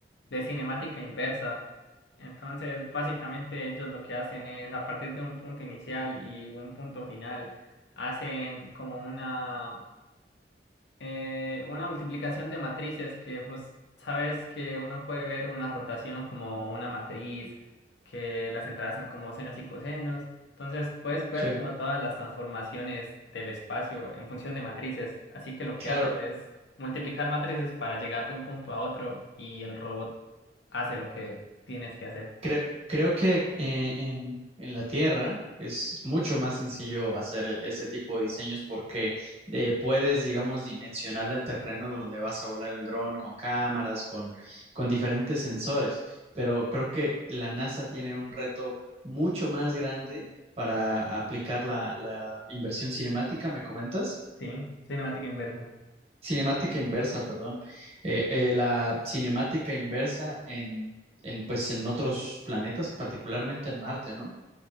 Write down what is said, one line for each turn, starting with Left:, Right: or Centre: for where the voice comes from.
Left: de cinemática inversa. Entonces, básicamente ellos lo que hacen es, a partir de un punto inicial y un punto final, hacen como una eh, una multiplicación de matrices que vos sabes que uno puede ver una rotación como una matriz, que las entradas son como senos y cosenos. Entonces puedes ver
Right: Sí.
Left: como todas las transformaciones del espacio en función de matrices. Así que lo que
Right: Claro,
Left: haces es multiplicar matrices para llegar de un punto a otro y el robot hace lo que tienes que hacer.
Right: Creo, creo que eh, en, en la Tierra es mucho más sencillo hacer ese tipo de diseños porque eh, puedes, digamos, dimensionar el terreno donde vas a volar el dron con cámaras, con, con diferentes sensores. Pero creo que la NASA tiene un reto mucho más grande para aplicar la, la inversión cinemática, ¿me comentas?
Left: Sí, cinemática inversa.
Right: Cinemática inversa, perdón. Eh, eh, la cinemática inversa en, en, pues, en otros planetas, particularmente en Marte, ¿no?